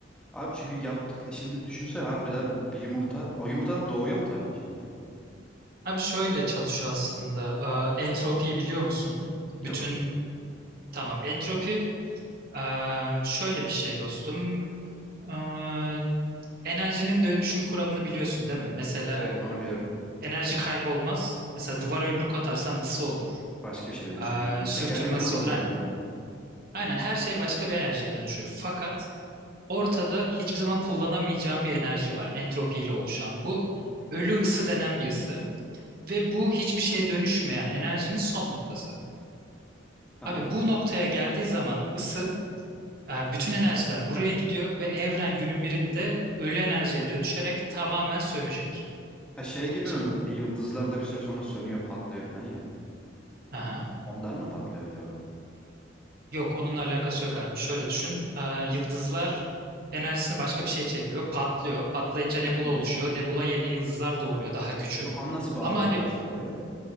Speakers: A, in the centre; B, on the right.
A: Abi çünkü yaptıkları şimdi düşünsene harbiden bir yumurta. O yumurtadan doğuyor mu Tanrı şimdi?
B: abi şöyle çalışıyor aslında. Aa, Entropiyi biliyor musun? Bütün
A: Yok.
B: tamam entropi aa, şöyle bir şey dostum. Aa, Enerjinin dönüşüm kuramını biliyorsun değil mi? Mesela
A: Evet onu biliyorum.
B: enerji kaybolmaz. Mesela duvara yumruk atarsam ısı olur.
A: Başka bir şey dönüşür.
B: Aa,
A: Aynen.
B: Sürtünme
A: Tekerlekten
B: ısı
A: hatırlıyorum
B: olur aynen.
A: ya.
B: Aynen her şey başka bir enerjiye dönüşür. Fakat Ortada hiçbir zaman kullanamayacağım bir enerji var entropiyle oluşan. Bu ölü ısı denen bir ısı ve bu hiçbir şeye dönüşmeyen enerjinin son noktası.
A: Tamam.
B: Abi bu noktaya geldiği zaman ısı e, bütün enerjiler buraya gidiyor ve evren günün birinde ölü enerjiye dönüşerek tamamen sönecek.
A: Ha şey gibi
B: Şimdi
A: mi
B: bu
A: böyle yıldızlar da bir süre sonra sönüyor patlıyor falan ya.
B: Aha.
A: Ondan mı patlıyor acaba?
B: Yok onunla alakası yok abi. Şöyle düşün. e, Yıldızlar enerjisini başka bir şeye çeviriyor. Patlıyor. Patlayınca nebula
A: Hmm.
B: oluşuyor. Nebula yeni yıldızlar doğuruyor daha küçük.
A: E bu konu nasıl bağlanıyor
B: Ama hani
A: işte oraya?